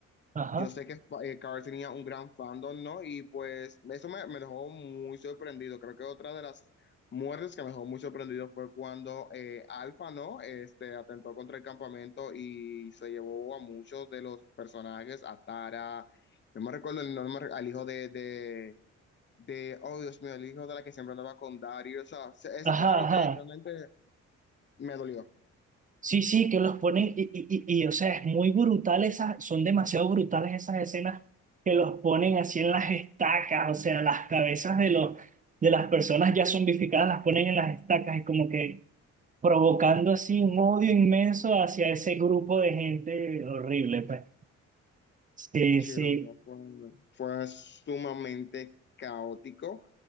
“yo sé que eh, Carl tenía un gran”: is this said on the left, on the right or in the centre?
Left